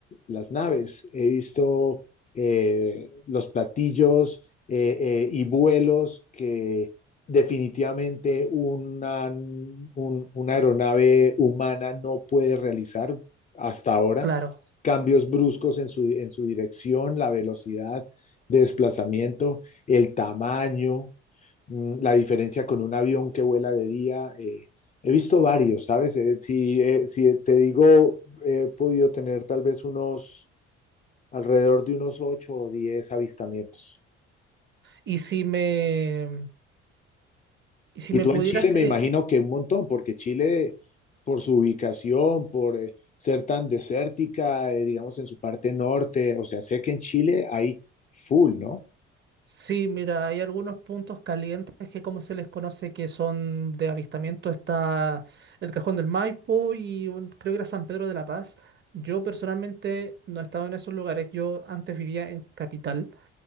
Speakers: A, on the left; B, on the right.
A: las naves, he visto eh, los platillos eh, eh, y vuelos que definitivamente una, un- una aeronave humana no puede realizar hasta ahora.
B: claro.
A: Cambios bruscos en su, en su dirección, la velocidad de desplazamiento, el tamaño, Mm, la diferencia con un avión que vuela de día. eh, he visto varios, ¿sabes? Eh, si, eh, si te digo, he podido tener tal vez unos, alrededor de unos 8 o 10 avistamientos.
B: Y si me, y si
A: Y
B: me
A: tú
B: pudieras
A: en Chile me
B: eh,
A: imagino que un montón, porque Chile, por su ubicación, por eh, ser tan desértica, eh, digamos en su parte norte, o sea, sé que en Chile hay full, ¿no?
B: Sí, mira, hay algunos puntos calientes que como se les conoce que son de avistamiento, está el Cajón del Maipo y un- creo que era San Pedro de la Paz. Yo personalmente no he estado en esos lugares, yo antes vivía en Capital